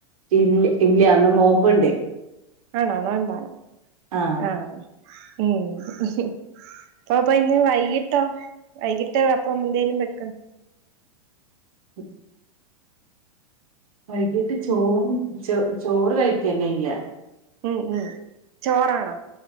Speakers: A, on the right; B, on the right.
A: ഇല്ല ഇല്ല ന്ന് നോമ്പുണ്ട്
B: ആണോ നോമ്പാണോ
A: ആഹ്
B: ആഹ ഉം അപ്പ അപ്പൊ ഇന്ന് വൈകിട്ടോ വൈകിട്ട് അപ്പം എന്തേലും വെക്കും
A: ഉം വൈകിട്ട് ചോറ് ചോ ചോറ് കഴത്തിന്നെ യ്യാ
B: ഉം ഉം ചോറാണാ